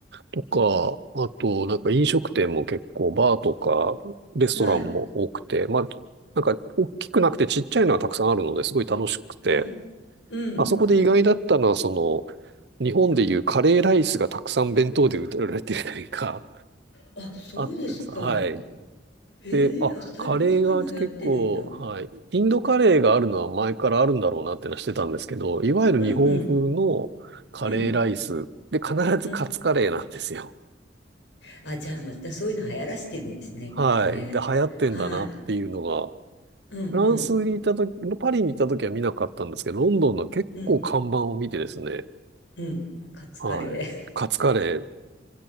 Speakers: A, on the right; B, on the left.
A: とか、あと、なんか飲食店も結構、バーとか、レストランも多くて、
B: はい。
A: まあ、なんか大きくなくてちっちゃいのはたくさんあるのですごい楽しくて、
B: はい。うん。
A: あそこで意外だったのは、その、日本でいうカレーライスがたくさん弁当で売られてるというか、
B: あ、そうですか。
A: あってさ、はい。
B: へえ、
A: で、あ、
B: あ、最近そういうの流行ってるんだ。
A: カレーが結構、はい。インドカレーがあるのは前からあるんだろうなってのはしてたんですけど、いわゆる日本風のカレーライスで必ずカツカレーなんですよ。
B: うんうん。うん。うん。あ、じゃあまたそういうの流行らせてるんですね、
A: はい。
B: きっとね。
A: で、流行ってんだなっていうのが、
B: はい。うんうん。
A: フランスにいたとき、パリにいたときは見なかったんですけど、ロンドンの結構看板を見てですね、
B: うんうん。カツカレー。
A: はい。カツカレー、